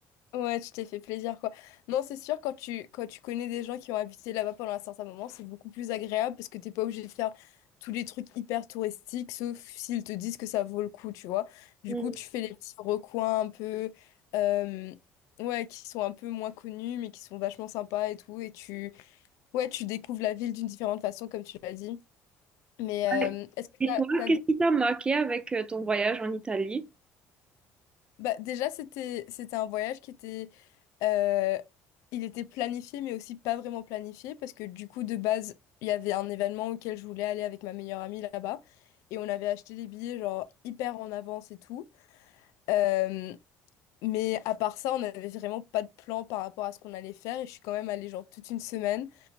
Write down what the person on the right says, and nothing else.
Mm.
Ouais.
Et
toi,
qu'est-ce qui t'a marqué avec euh, ton voyage en Italie?